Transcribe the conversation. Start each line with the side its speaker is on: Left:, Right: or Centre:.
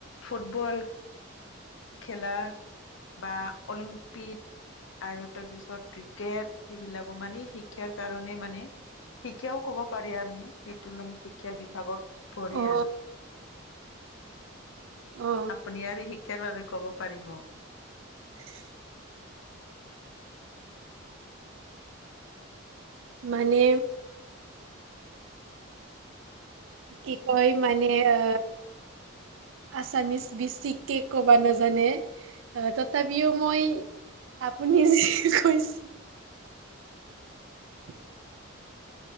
Left: ফুটবল। খেলা বা অলিম্প পিট আৰু তাৰপিছত ক্ৰিকেট সেইবিলাকো মানে শ শিক্ষাৰ কাৰণে মানে শিক্ষাও কব পাৰি আমি সেইটো মানে শিক্ষা বিভাগত। পৰে
Right: অ অ
Left: আৰু
Right: অ অ
Left: আপুনি আৰু শিক্ষাৰ বাবে ক'ব পাৰিব।
Right: <unintelligible> মানে কি কয় মানে আ আছামিচ বেছিকে ক'ব নাজানে তথাপিও মই, আপুনি যে কৈছে, <inaudible>